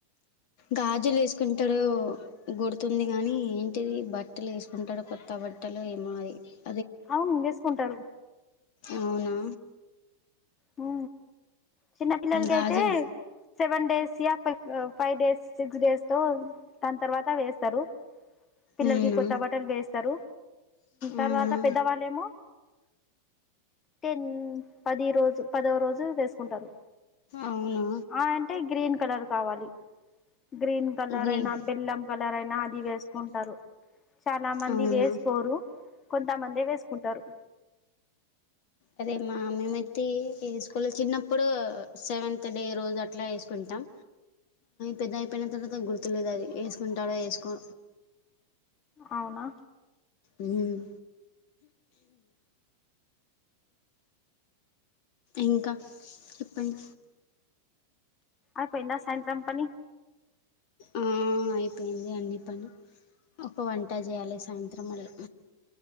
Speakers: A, on the left; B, on the left.
A: గాజులు వేసుకుంటాడో గొడుతుంది గానీ ఏంటిది బట్టలు వేసుకుంటాడు కొత్త బట్టలు అదే మారి <unintelligible>
B: అవును గేసుకుంటారు
A: అవునా
B: హా చిన్న పిల్లలకి
A: గాజులు
B: అయితే సెవెన్ డేస్ యా ఫైవ్ డేస్ సిక్స్ డేస్ తో దాని తర్వాత వేస్తారు పిల్లలకి
A: అవునా
B: కొత్త బట్టలు వేస్తారు
A: అవునా
B: తర్వాత పెద్దవాళ్ళేమో టెన్ పది రోజు పదవ రోజు వేసుకుంటారు
A: అవునా
B: ఆ అంటే గ్రీన్ కలర్ కావాలి గ్రీన్ కలర్
A: గ్రీన్
B: అయినా బెల్లం కలర్ అయినా అది వేసుకుంటారు చాలా మంది
A: అవునా
B: వేసుకోరు కొంతమందే వేసుకుంటారు
A: అదేమ్మా మేమైతే వేసుకోలే చిన్నప్పుడు సెవెంత్ డే రోజు అట్లా వేసుకుంటాం పెద్ద అయిపోయిన తర్వాత గుర్తులేదు అది వేసుకుంటారో వేసుకో
B: అవునా
A: ఉం ఇంకా చెప్పండి
B: అపోయిందా సాయంత్రం పని
A: ఆ అయిపోయింది అన్ని పని ఒక వంట చేయాలి సాయంత్రం మళ్ళీ